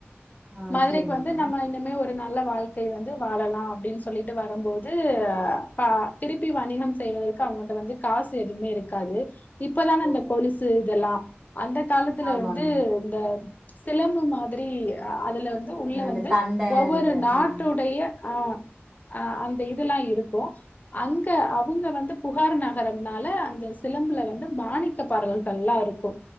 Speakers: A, on the right; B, on the left.
A: ஆ
B: மதுரைக்கு
A: சரிங்க
B: வந்து
A: மேடம்
B: நம்ம இனிமே ஒரு நல்ல வாழ் க்கை வந்து வாழலா அப்டின்னு சொல்லிட்டு வரம்போது ப திருப்பி வணிகம் செய்வதற்கு அவுங்க கிட்ட வந்து காசு எதுமே இருக்காது இப்பதான அந்த
A: ஓ
B: கொலுசு இதெல்லா அந்த காலத்துல
A: ஆமாங்க
B: வந்து இது இந்த சிலம்பு மாதிரி அதுல வந்து உள்ள
A: ஆ
B: வந்து
A: இந்த தண்டைன்ற
B: ஒவ்வொரு நாட்டொடைய
A: ஆ
B: ஆ அ அந்த இதுல்லா இருக்கு அங்க அவுங்க வந்து புகார் நகரம்னால அந்த சிலம்புல வந்து மாணிக் க பறல்கள்லா இருக்கு